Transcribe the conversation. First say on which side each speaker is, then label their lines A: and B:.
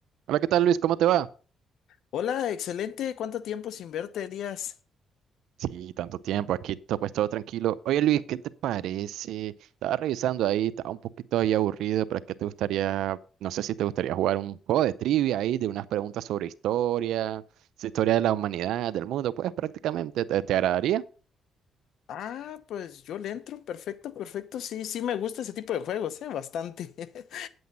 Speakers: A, on the right; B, on the left.
A: Hola, ¿qué tal Luis? ¿Cómo te va?
B: Hola, excelente. ¿Cuánto tiempo sin verte, Elías?
A: Sí, tanto tiempo, aquí to- pues todo tranquilo. Oye Luis, ¿qué te parece? Estaba revisando ahí, estaba un poquito ahí aburrido, pero ¿qué te gustaría? No sé si te gustaría jugar un juego de trivia ahí, de unas preguntas sobre historia, si- historia de la humanidad, del mundo, pues prácticamente, ¿te, te agradaría?
B: Ah, pues yo le entro. Perfecto, perfecto. Sí, sí me gusta ese tipo de juegos, ¿eh? Bastante. <laughs>